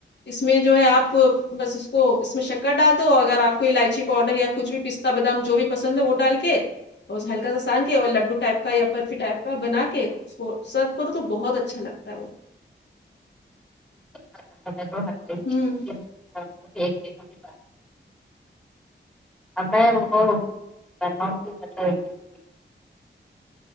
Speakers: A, on the left (about 60°); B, in the centre.
A: اس میں جو ہے اپ بس اس کو اس میں شکر ڈال دو اگر اپ کو الائچی پاوڈر یا کچھ بھی پستہ بادام جو بھی پسند ہے وہ ڈال کے اور اس ہلکا سا سان کے اور لڈو ٹائپ کا یا برفی ٹائپ کا بنا کے سرو کرو تو بہت اچھا لگتا ہے وہ
B: <unintelligible>
A: ہوں
B: اب میں وہ بناوں گی <unintelligible>